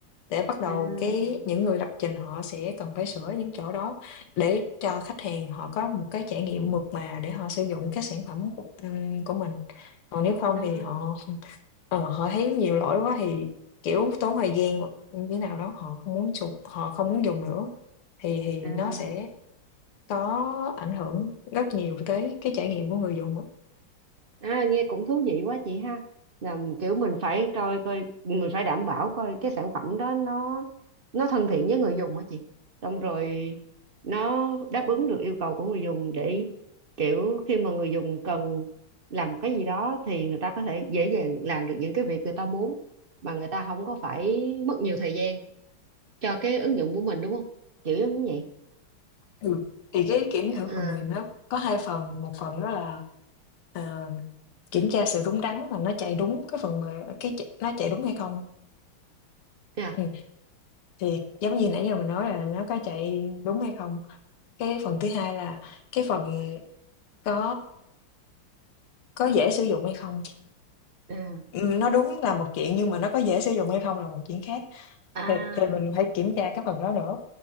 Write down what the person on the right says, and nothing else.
à
à
à
À, nghe cũng thú vị quá chị ha. Là kiểu mình phải coi coi mình phải đảm bảo coi cái sản phẩm đó nó nó thân thiện với người dùng hả chị. Xong rồi nó đáp ứng được yêu cầu của người dùng để kiểu khi mà người dùng cần làm một cái gì đó thì người ta có thể dễ dàng làm được những cái việc người ta muốn mà người ta không có phải mất nhiều thời gian cho cái ứng dụng của mình đúng không? Kiểu giống như vậy.
À,
à,
à,
à,